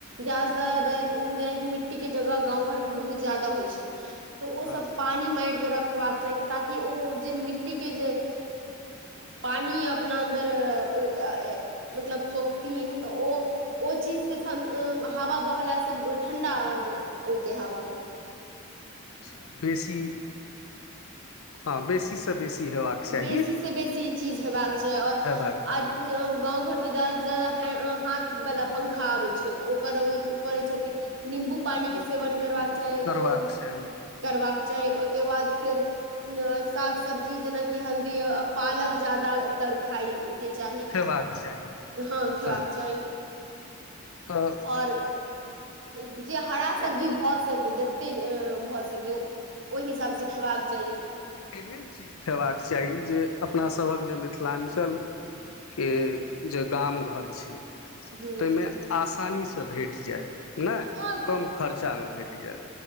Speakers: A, on the right; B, on the left.
A: जा जेनाकि मिट्टी के जगह गाँव घर मे बहुत ज्यादा होय छै तऽ ओ सब
B: हँ
A: पानी मायर के रखबाक चाहि ताकि ओ जे मिट्टी के जे पानी अपना अन्दर अऽ अऽ मतलब शोखथिन तऽ ओ ओ चीज से हवा बहला से ठण्डा औते हावा
B: अच्छा बेसी हँ बेसी सँ बेसी हेबाक चाही
A: बेसी से बेसी ई चीज हेबाक चाहि और
B: हेबाक चाही
A: अऽ गाँंव घर मे ज्यादा से ज्यादा हाथ वला पंखा आबै छै ओ कर करै छथिन निम्बु पानी के
B: ओ
A: सेवन करबाक चाहि
B: करबाक
A: अऽ
B: चाही
A: करबाक चाहि ओय के बाद फेर साग सब्जी जेना कि हल्दी पालक ज्यादातर खाय के चाही
B: खेबाक चाही
A: हा खेबाक
B: सही
A: चाही
B: तऽ
A: आओर जे हरा सब्जी
B: एहन
A: भऽ सकेै जते भऽ सकेै ओहि हिसाब से खेबाक चाही
B: एहन चीज खयबाक चाही जे अपनासभक जे मिथिलाञ्चल के जे गाम घर छै
A: हूँ
B: ताहिमे आसानीसँ भेट जाय ने
A: हँ
B: कम खर्चामे भेट या